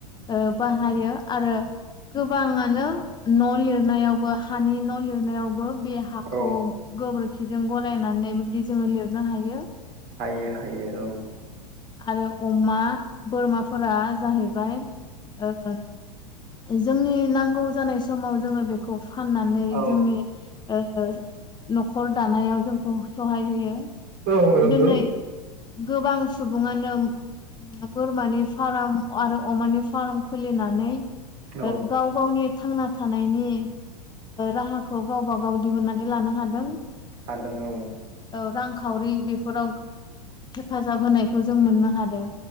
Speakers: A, on the left; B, on the right.
A: ओ बाहायो आरो गोबाङानो न' लिरनायावबो हानि न' लिरनायावबो बे हाखौ
B: औ
A: गोबोरखिजों गलायनानै बेबायदि जोङो लिरनो हायो।
B: हायो हायो औ।
A: आरो अमा बोरमाफोरा जाहैबाय ओ जोंनि नांगौ जानाय समाव जोङो बेखौ फाननानै
B: औ
A: जोंनि ओ न'खर दानायाव जोंखौ सहाय होयो।
B: औ नंगौ।
A: दिनै गोबां सुबुङानो बोरमानि फार्म आरो अमानि फार्म खुलिनानै ओ
B: औ
A: गाव- गावनि थांना थानायनि राहाखौ गावबा- गाव दिहुननानै लानो हादों।
B: हादों औ।
A: रांखावरि बेफोराव हेफाजाब होनायखौ जों मोननो हादों।